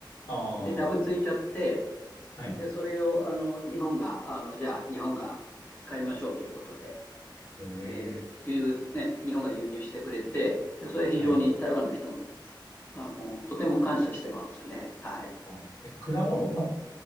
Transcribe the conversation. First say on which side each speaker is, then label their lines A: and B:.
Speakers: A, on the left; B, on the left.
A: あ
B: で、ダブついちゃって、
A: あ、はい。
B: で、それをあの日本が、あの、じゃあ日本が買いましょうということで、
A: ええ、
B: えー輸入ね、日本が輸入してくれて、で、それ非常に台湾の人も、
A: はい。
B: あの、とても感謝してますね。はい。
A: あー、え、果物。ま